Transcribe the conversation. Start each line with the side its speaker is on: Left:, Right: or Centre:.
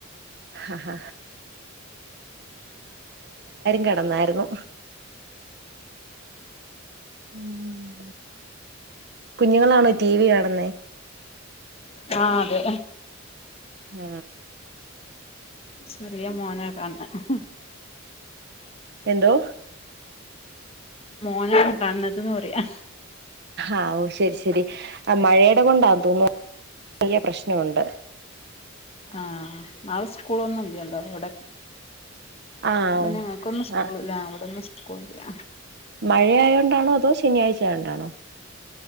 Right: ഹഹഹ കിടന്നായിരുന്നു ഉം. കുഞ്ഞുങ്ങളാണോ ടി വി കാണുന്നേ
Left: ആ <unintelligible> ആ അതെ
Right: ആ
Left: ചെറിയ മോന കാൺണേ <unintelligible> <inaudible>
Right: എന്തോ
Left: മോനാണ് കാണണതിന്ന് പറയാ
Right: ആ ഓ ശെരി ശെരി ആ മഴയുടെ കൊണ്ടാന്ന് തോന്നുന്നു ചെറിയ പ്രശ്നോണ്ട്
Left: ആ നാളെ സ്കൂളൊന്നും ഇല്ലല്ലോ ഇവടെ
Right: ആഹ്
Left: ഇപ്പ
Right: ഓ
Left: ഞങ്ങൾക്കെന്നും സ്കൂളില്ല
Right: ആഹ്
Left: ആ ഇവിടെന്നു കൂളില്ല
Right: മഴയായോണ്ടാണോ അതോ ശെനിയാഴ്ച ആയോണ്ടാണോ?